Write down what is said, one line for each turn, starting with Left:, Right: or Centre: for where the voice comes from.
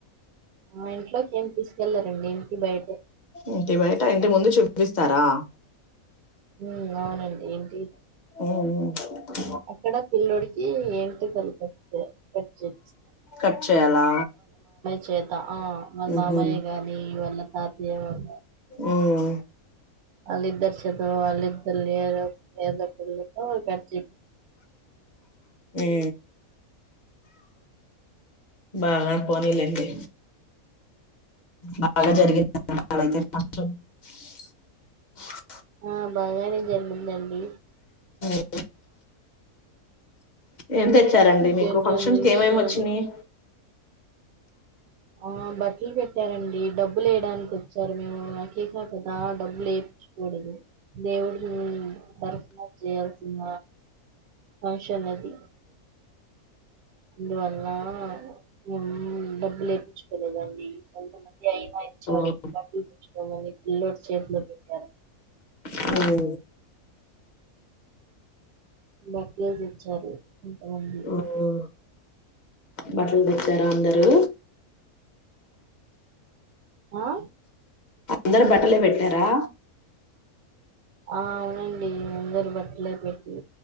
Right: ఆ ఇంట్లోకి ఏం తీసుకెళ్లారండి ఇంటి బయటే
Left: ఇంటి బయట ఇంటి ముందు చూపిస్తారా
Right: మ్మ్ అవునండి ఇంటి
Left: మ్మ్ హుం
Right: అక్కడ పిల్లోడికి ఏంటికల్ కట్ చే కట్జేపిచ్
Left: కట్ చేయాలా
Right: చే క ఆ వాళ్
Left: ఉహు
Right: మామయ్య గాని వాళ తాతయ్ ఏమో గా
Left: ఉమ్
Right: వాళ్ళిద్దరు చేతులతో వాళ్ళిద్దరు ఏద ఏదోకలతో గట్ చెప్
Left: యే బాగా పోనీలెండి బాగా జరిగింది <unintelligible>
Right: ఆ బాగరిం ముందండి
Left: అ ఏం తెచ్చారండి
Right: ఇంకేంటండి
Left: మీకు ఫంక్షన్స్కి
Right: విషయాలు
Left: ఏమేమి వచ్చినందియి
Right: ఆ బట్ టి పెట్టారండి డబ్బు లేేయడానికి వచ్చారు మేము, నా కేకా కదా డబ్బులు లేయిచకూడదు. దేవుడు ఉ తరఫున చేయాల్సిన ఫంషన్ అది అందువల్ల మేము డబ్బు లేపించుకోలేదండి కొంతమంది అయినా ఇచ్చారు
Left: ఉమ్
Right: బట్లు చూసుకోమని పిల్లోడు చేతిలో పెట్టారు
Left: అఓ
Right: బత్లేజ ఇచ్చారు ఎంత ఉంది
Left: ఉమ్ బట్టలు తెచ్చారా అందరూ
Right: ఆ
Left: అందరు బట్టలే పెట్టారా
Right: ఆ అవునండి అందరు బట్టలే పెట్టటి